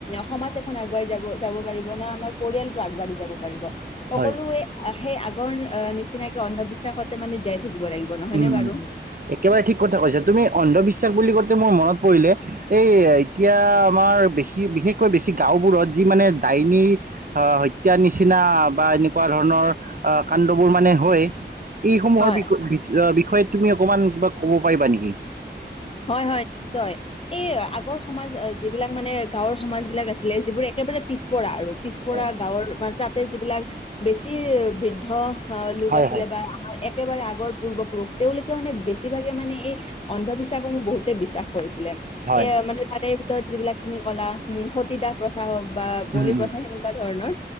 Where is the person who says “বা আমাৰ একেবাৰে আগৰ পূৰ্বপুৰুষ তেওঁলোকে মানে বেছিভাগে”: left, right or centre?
Left